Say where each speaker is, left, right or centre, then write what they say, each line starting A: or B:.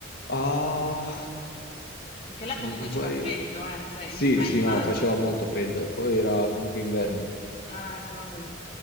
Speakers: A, on the left (about 50°); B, on the left (about 25°).
A: Ah,
B: Perché là
A: se
B: comunque
A: non sbaglio...
B: ci fa freddo, eh, cioè
A: Sì,
B: io pe
A: sì,
B: immagino.
A: no, faceva molto freddo, poi era comunque inverno,
B: Eh, cavoli.